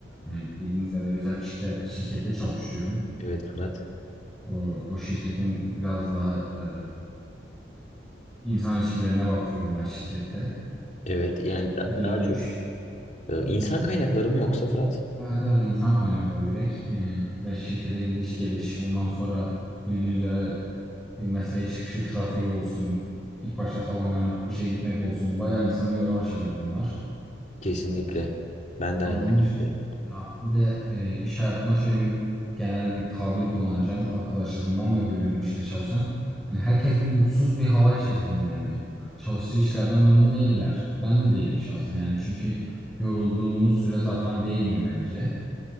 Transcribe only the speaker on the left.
Evet Fırat.
Evet yani da-
daha
çok e, insan kaynakları mı yoksa Fırat?
Kesinlikle. Ben de
aynı
fikirdeyim.